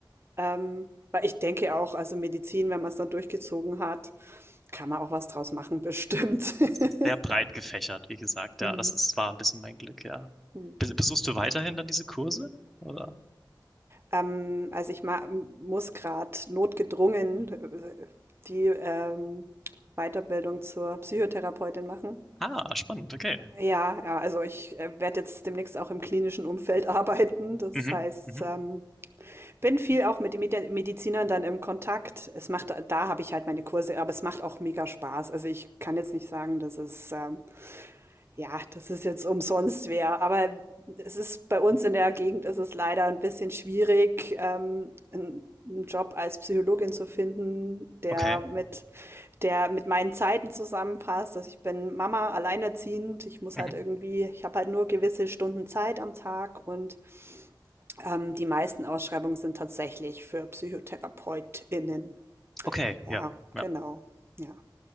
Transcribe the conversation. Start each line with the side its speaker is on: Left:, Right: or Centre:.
Right: Ähm, weil ich denke auch, also Medizin, wenn man es dann durchgezogen hat, kann man auch was draus machen, bestimmt. <laughs>
Centre: es ist sehr breit gefächert, wie gesagt.
Right: Hm,
Centre: Ja, das ist, war ein bisschen mein Glück, ja.
Right: hm.
Centre: Be- Besuchst du weiterhin dann diese Kurse? Oder?
Right: Ähm, also ich ma muss gerade notgedrungen äh, die ähm, Weiterbildung zur Psychotherapeutin machen.
Centre: Ah, spannend, okay.
Right: Ja, ja, also ich werde jetzt demnächst auch im klinischen Umfeld <laughs> arbeiten. Das
Centre: Mhm,
Right: heißt,
Centre: mhm,
Right: ähm, bin viel auch mit den Medi- Medizinern dann im Kontakt. Es macht, da habe ich halt meine Kurse, aber es macht auch mega Spaß. Also ich kann jetzt nicht sagen, dass es ähm, ja, das ist jetzt umsonst wer, aber es ist bei uns in der Gegend ist es leider ein bisschen schwierig, ähm, einen, einen Job als Psychologin zu finden, der
Centre: okay,
Right: mit, der mit meinen Zeiten zusammenpasst. Also ich bin Mama, alleinerziehend. Ich muss
Centre: mhm,
Right: halt irgendwie, ich habe halt nur gewisse Stunden Zeit am Tag und ähm, die meisten Ausschreibungen sind tatsächlich für PsychotherapeutInnen.
Centre: okay,
Right: Ja,
Centre: ja, ja.
Right: genau. Ja.